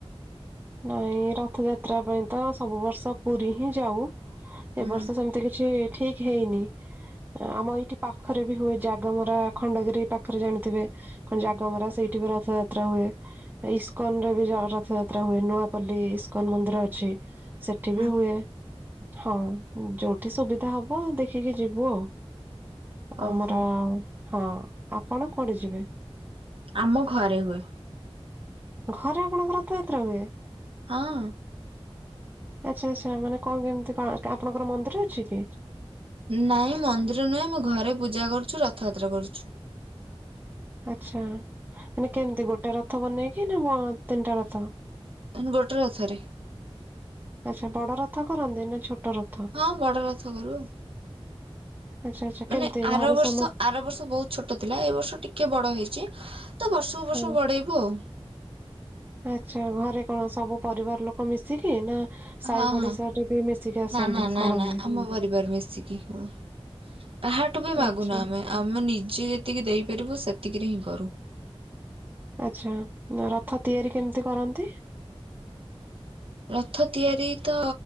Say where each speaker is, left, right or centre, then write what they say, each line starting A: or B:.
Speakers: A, on the right; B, on the right.
A: ନାଇଁ ରଥ ଯାତ୍ରା ପାଇଁ ତ ସବୁ ବର୍ଷ ପୁରୀ ହିଁ ଯାଉ।
B: ହଁ
A: ଏ ବର୍ଷ ସେମିତି କିଛି ଠିକ ହେଇନି। ଆମ ଏଇଠି ପାଖରେ ବି ହୁଏ ଜାଗମରା ଖଣ୍ଡଗିରି ପାଖରେ ଜାଣିଥିବେ କଣ ଜାଗମରା ସେଇଠି ବି ରଥଯାତ୍ରା ହୁଏ ଇସ୍କନ ରେ ବି ରଥଯା ତ୍ରା ହୁଏ ନୂଆପଲ୍ଲୀ ଇସ୍କନ ମନ୍ଦିର ଅଛି ସେଠି
B: ହଁ
A: ବି ହୁଏ। ହଁ ଯୋଉଠି ସୁବିଧା ହବ ଦେଖିକି ଯିବୁ ଆଉ।
B: ଓହୋ
A: ଆମର ହଁ, ଆପଣ କୁଆଡେ ଯିବେ?
B: ଆମ ଘରେ ହୁଏ।
A: ଘରେ ଆପଣଙ୍କ ରଥଯାତ୍ରା ହୁଏ।
B: ହଁ।
A: ଆଚ୍ଛା ଆଚ୍ଛା ମାନେ କଣ କେମିତି ପା ଆପଣଙ୍କର ମନ୍ଦିର ଅଛି କି?
B: ନାଇଁ ମନ୍ଦିର ନୁହେଁ ଆମେ ଘରେ ପୂଜା କରୁଛୁ ରଥଯାତ୍ରା କରୁଛୁ।
A: ଆଛା ମାନେ କେମିତି ଗୋଟେ ରଥ ବନେଇକି ନା ତିନିଟା ରଥ।
B: ନା ଗୋଟେ ରଥରେ।
A: ଆଚ୍ଛା ବଡ଼ ରଥ କରନ୍ତି ନା ଛୋଟ ର
B: ହଁ ବଡ ରଥକରୁ।
A: ଆଚ୍ଛା ଆଚ୍ଛା
B: ମାନେ
A: କେମିତି
B: ଆର
A: ଘରେ
B: ବର୍ଷ
A: ସମସ୍ତେ
B: ଆର ବର୍ଷ ବହୁତ ଛୋ ଟ ଥିଲା ଏ ବର୍ଷ ଟିକିଏ ବଡ଼ ହେଇଛି ତ ବର୍ଷକୁ ବର୍ଷ
A: ହଁ
B: ବଡେଇବୁ ଆଉ।
A: ଆଚ୍ଛା ଘରେ କଣ ସବୁ ପରିବାର ଲୋକ ମିଶିକି ନା ସାହି
B: ହଁ
A: ପଡିଶାରେ
B: ହଁ
A: ବି ମିଶିକି ଆସନ୍ତି
B: ନା ନା ନା
A: କରନ୍ତି
B: ନା ଆମ ପରିବାର ମିଶିକି ହଁ। କାହାଠୁ ବି ମାଗୁନା
A: ଆଚ୍ଛା
B: ଆମେ ଆମେ ନିଜେ ଯେତିକି ଦେଇପାରିବୁ ସେତିକିରେ ହିଁ କରୁ।
A: ଆଚ୍ଛା ରଥ ତିଆରି କେମିତି କରନ୍ତି?
B: ରଥ ତିଆରି ତ